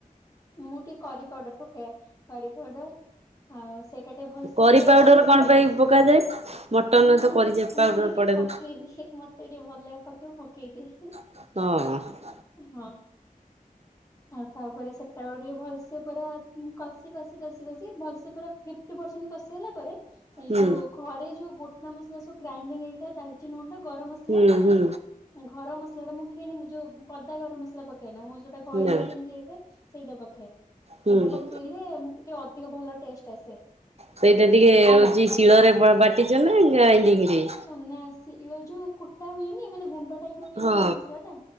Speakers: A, on the left; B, on the right.
A: ମୁଁ ଟିକେ କରି ପାଉଡର ପକାଏ କରି ପାଉଡର। ଆଉ ସେଇଟା ଟିକେ ଭଲସେ
B: କରି
A: ପୁରା
B: ପାଉଡର
A: କଷି
B: କଣ ପାଇଁ ପକାଯାଏ? ମଟନରେ
A: ମୁଁ
B: ତ କରି ପାଉଡର
A: ମୁଁ ଟିକେ
B: ପଡେନି।
A: ପ ପକେଇ ଦିଏ ମତେ ଟିକେ ଭଲ ଲାଗ ପକେଇବାକୁ ପକେଇଦିଏ।
B: ହଁ।
A: ହଁ ଆଉ ତାପରେ ସେଟା କୁ ଟିକେ ଭଲସେ ପୁରା। ଉଁ କଷି କସିି କସିି କସିି ଭଲସେ ପୁରା ଫିପ୍ଟି ପରସେଣ୍ଟ କଷିଗଲା ପରେ ଏଇ
B: ହୁଁ
A: ଯୋଉ। ଘରେ ଯୋଉ ଗୋଟା ମସଲା ସବୁ ଗ୍ରାଇଣ୍ଡିଙ୍ଗ ହେଇକି ଥାଏ ଡାଲଚିନ ଗୁଣ୍ଡ ଗରମ ମସଲା।
B: ହୁଁ ହୁଁ
A: ଘର ମସଲା ଟା ମୁଁ କିଣିନି ଯୋଉ ପଦା ଗରମ ମସଲା ପକେଏନା ମୁଁ ଯୋଉଟା ଘରେ
B: ନା
A: ଗ୍ରାଇନିଙ୍ଗ ହେଇଥାଏ। ଏଇଟା ପକେଏ
B: ହୁଁ
A: ଏଇଟା ପକେଇଲେ ଟିକେ ଅଧିକ ଭଲ ଟେଷ୍ଟ ଆସେ।
B: ସେଇଟା ଟିକେ ହଉଛି ଶିଳରେ ବାଟିଛ ନା ଗ୍ରାଇଡିଙ୍ଗ ରେ।
A: ନା ସିଳେରେ ଯୋଉ କୁଟା ହୁଏନି ମାନେ ଗୁଣ୍ଡ ଟାଇପ ସେଥିରେ ହୁଏନି
B: ହଁ
A: ଗରମ ମସଲା ଟା